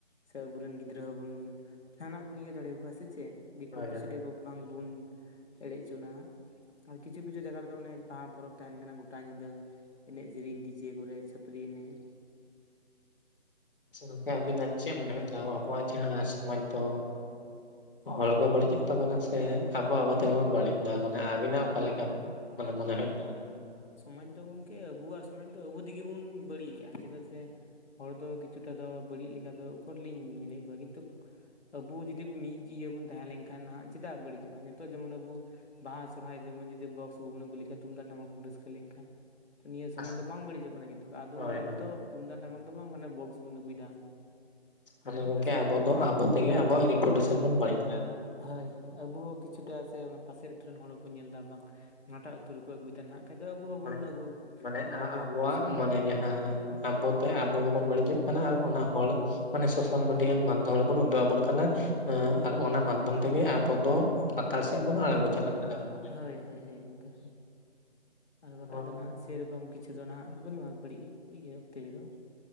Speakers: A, on the left (about 75°); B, on the left (about 50°).
A: ᱥᱮ ᱟᱵᱚᱨᱮᱱ ᱜᱤᱫᱽᱨᱟᱹ ᱦᱚᱸᱵᱚᱱ ᱡᱟᱦᱟᱱᱟᱜ ᱵᱚᱱ ᱤᱭᱟᱹ ᱫᱟᱲᱮᱭᱟ ᱵᱟᱥᱮ ᱪᱮᱫ ᱫᱤᱠᱩ
B: ᱦᱳᱭ
A: ᱯᱩᱥᱤ ᱴᱷᱮᱡ ᱵᱟᱝᱵᱚᱱ ᱮᱲᱮ ᱚᱪᱚᱱᱟ ᱟᱨ ᱠᱤᱪᱷᱩ ᱠᱤᱪᱷᱩ ᱠᱤᱪᱷᱩ ᱡᱟᱜᱟ ᱨᱮᱫᱚ ᱵᱟᱦᱟ ᱯᱚᱨᱚᱵᱽ ᱛᱟᱦᱮᱱ ᱠᱟᱱᱟ ᱜᱚᱴᱟ ᱧᱤᱫᱟᱹ ᱮᱱᱮᱡ ᱥᱮᱨᱮᱧ ᱰᱤᱡᱮ ᱠᱚᱨᱮ ᱪᱷᱟᱹᱯᱨᱤ ᱮᱱᱮᱡ᱾
B: ᱟᱪᱷᱟ ᱜᱚᱝᱠᱮ ᱟᱹᱵᱤᱱᱟᱜ ᱪᱮᱫ ᱢᱚᱱᱮ ᱦᱩᱭᱩᱛᱮ ᱟᱵᱚᱣᱟᱜ ᱡᱟᱦᱟᱸ ᱥᱚᱢᱟᱡ ᱫᱚ ᱦᱚᱲ ᱠᱚ ᱵᱟᱹᱲᱤᱡᱮᱜ ᱛᱟᱵᱚᱱᱟ ᱥᱮ ᱟᱵᱚ ᱟᱵᱚ ᱛᱮᱜᱮ ᱵᱚᱱ ᱵᱟᱹᱲᱤᱡ ᱫᱟ, ᱢᱟᱱᱮ ᱵᱮᱱᱟᱣ ᱚᱠᱟᱱ ᱞᱮᱠᱟ ᱢᱚᱱᱮ ᱢᱚᱱᱮ ᱦᱩᱭᱩᱜ ᱠᱟᱱᱟ
A: ᱥᱚᱢᱟᱡᱽ ᱫᱚ ᱜᱚᱢᱠᱮ ᱟᱵᱚᱣᱟᱜ ᱥᱚᱢᱟᱡᱽ ᱫᱚ ᱟᱵᱚ ᱛᱮᱜᱮ ᱵᱚᱱ ᱵᱟᱹᱲᱤᱡᱮᱜᱼᱟ ᱪᱮᱫᱟᱜ ᱥᱮ ᱦᱚᱲ ᱫᱚ ᱠᱤᱪᱷᱩᱴᱟ ᱫᱚ ᱵᱟᱹᱲᱤᱡ ᱞᱮᱠᱟ ᱫᱚ ᱚᱠᱚᱨᱞᱤᱧ ᱧᱮᱞᱮᱫ ᱠᱚᱣᱟ ᱠᱤᱱᱛᱩ ᱟᱵᱚ ᱡᱩᱫᱤ ᱢᱤᱫ ᱤᱭᱟᱹ ᱵᱚᱱ ᱛᱟᱦᱮᱸᱞᱮᱱᱠᱷᱟᱱ ᱱᱟᱦᱟᱜ ᱪᱮᱫᱟᱜ ᱵᱟᱹᱲᱤᱡᱚᱜᱼᱟ ᱱᱤᱛᱳᱜ ᱡᱮᱢᱚᱱ ᱟᱵᱚ ᱵᱟᱦᱟ ᱥᱚᱨᱦᱟᱭ ᱡᱮᱢᱚᱱ ᱡᱩᱫᱤ ᱵᱚᱥ ᱵᱟᱵᱚᱱ ᱟᱹᱜᱩ ᱞᱮᱠᱷᱟᱡ ᱛᱩᱢᱫᱟᱜ ᱴᱟᱢᱟᱠ ᱵᱚᱱ ᱨᱟᱹᱥᱠᱟᱹ ᱞᱮᱱᱠᱷᱟᱱ ᱛᱚ ᱱᱤᱭᱟᱹ ᱥᱚᱢᱟᱡᱽ
B: ᱟᱥ
A: ᱫᱚ ᱵᱟᱝ ᱵᱟᱹᱲᱤᱡᱚᱜ ᱠᱟᱱᱟ ᱠᱤᱱᱛᱩ ᱟᱫᱚ
B: ᱦᱳᱭ
A: ᱟᱵᱚ
B: ᱦᱳᱭ
A: ᱫᱚ ᱛᱩᱢᱫᱟᱜ ᱴᱟᱢᱟᱠ ᱫᱚ ᱵᱟᱝ ᱢᱟᱱᱮ ᱵᱚᱥᱠ ᱵᱚᱱ ᱟᱹᱜᱩᱭᱮᱫᱟ ᱚᱱᱮ
B: ᱟᱫ
A: ᱵᱚᱱ
B: ᱜᱚᱝᱠᱮ
A: ᱨᱟᱹᱥᱠᱟᱹᱜ
B: ᱟᱵᱚ
A: ᱠᱟᱱᱟ
B: ᱫᱚ ᱟᱵᱚ ᱛᱮᱜᱮ ᱟᱵᱚᱟᱜ ᱨᱤᱯᱳᱴᱮᱥᱚᱱ ᱵᱚᱱ ᱵᱟᱹᱲᱤᱡᱫᱟ
A: ᱦᱳᱭ ᱦᱳᱭ ᱟᱵᱚ ᱦᱚᱸ ᱠᱤᱪᱷᱩᱴᱟ ᱥᱮ ᱚᱱᱟ ᱯᱟᱥᱮ ᱟᱹᱛᱩᱨ ᱨᱮᱱ ᱦᱚᱲ ᱦᱚᱸᱠᱚ ᱧᱮᱞ ᱮᱫᱟ ᱵᱟᱝ ᱚᱱᱟᱴᱟᱜ ᱛᱩᱨ ᱨᱮᱠᱚ ᱟᱹᱜᱩᱭᱮᱫᱟ ᱱᱟᱦᱟᱜ ᱠᱷᱟᱡ ᱫᱚ ᱟᱵᱚ ᱦᱚᱸᱵᱚᱱ
B: ᱢᱟᱱᱮ
A: ᱟᱹᱜᱩ
B: ᱢᱟᱱᱮ ᱟ-
A: ᱟᱵᱚ
B: ᱟᱵᱚᱣᱟᱜ
A: ᱦᱚᱸᱵᱚᱱ ᱨᱟᱹᱥᱠᱟᱹᱜᱼᱟ
B: ᱢᱟᱱᱮ ᱡᱟᱦᱟᱸ ᱟᱵᱚ ᱟᱵᱚ ᱜᱮᱵᱚᱱ ᱵᱟᱹᱲᱤᱡᱚᱜ ᱠᱟᱱᱟ ᱟᱨ ᱚᱱᱟ ᱦᱚᱲ ᱢᱟᱱᱮ ᱥᱳᱥᱟᱞ ᱢᱤᱰᱤᱭᱟ ᱢᱟᱫᱽᱫᱷᱚᱢ ᱨᱮᱵᱚᱱ ᱩᱫᱩᱜ ᱟᱵᱚᱱ ᱠᱟᱱᱟ ᱟᱸ ᱟᱨ ᱚᱱᱟ ᱢᱟᱫᱽᱫᱷᱚᱢ ᱛᱮᱜᱮ ᱟᱵᱚ ᱫᱚ ᱞᱟᱛᱟᱲ ᱥᱮᱫ ᱵᱚᱱ ᱟᱬᱜᱚ ᱪᱟᱞᱟᱜ ᱠᱟᱱᱟ ᱜᱚᱝᱠᱮ
A: ᱦᱳᱭ ᱦᱳᱭ ᱦᱳᱭ ᱜᱚᱢᱠᱮ ᱦᱮᱸ ᱟᱨ ᱵᱟᱠᱷᱟᱡ
B: ᱱᱚᱣᱟ
A: ᱫᱚ
B: ᱠᱚ
A: ᱱᱟᱦᱟᱜ ᱥᱮᱨᱚᱠᱚᱢ ᱠᱤᱪᱷᱩ ᱫᱚ ᱱᱟᱦᱟᱜ ᱵᱟᱹᱱᱩᱜᱼᱟ ᱵᱟᱹᱲᱤᱡ ᱤᱭᱟᱹ ᱚᱠᱛᱮ ᱨᱮᱫᱚ